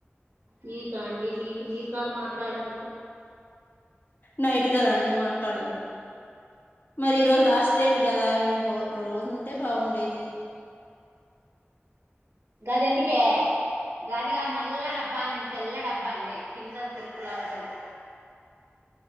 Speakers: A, on the right; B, on the left.
A: మీకా అండి మీకు మీ కాల్ మాట్లాడం
B: నైట్ కదాండి మా మాట్లాడదాం మరి ఈ రోజు లాస్ట్ డేట్ కదా రేపు రోజు ఉంటే బాగుండేది
A: గది ఎందుకే గది గాద్ నల్ల డబ్బా అన్న నేన్ తెల్ల డబ్బా అనలే కింద సెల్ఫ్ లా ఉంటది